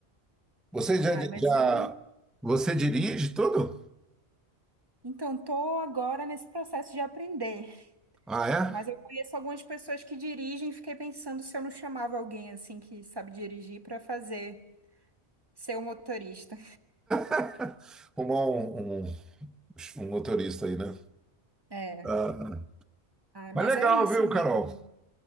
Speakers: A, in the centre; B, on the right.
A: Você
B: <laughs>
A: já,
B: Ai, mas
A: já-
B: eu.
A: você dirige tudo?
B: Então, tô agora nesse processo de aprender.
A: Ah, é?
B: Mas eu conheço algumas pessoas que dirigem e fiquei pensando se eu não chamava alguém, assim, que sabe dirigir para fazer ser o motorista.
A: <laughs> Arrumar um, um, um motorista aí, né?
B: É.
A: Ah,
B: Ah,
A: mas
B: mas
A: legal,
B: é isso,
A: viu,
B: amigo.
A: Carol?